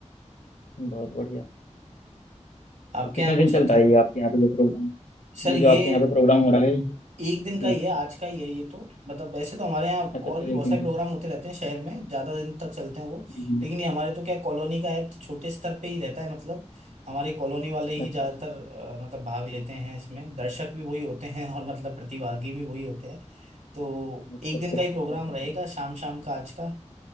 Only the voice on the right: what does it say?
आपके
यहाँ कुछ
है था
सर
ये
एक दिन
का ही है आज का ही है ये तो मतलब वैसे तो हमारे यहाँ
और
भी
बहुत
सारे
प्रोग्राम
होते रहते हैं शहर में ज्यादा दिन तक चलते हैं वो
लेकिन ये हमारे तो क्या कॉलोनी का है तो छोटे स्तर पे ही रहता है मतलब हमारे कॉलोनी वाले ही
ज्यादातर
अ, मतलब भाग लेते हैं इसमें दर्शक भी वही होते हैं और मतलब प्रतिभागी भी वही होते हैं तो
एक
दिन का
ही प्रोग्राम
रहेगा शाम शाम का आज का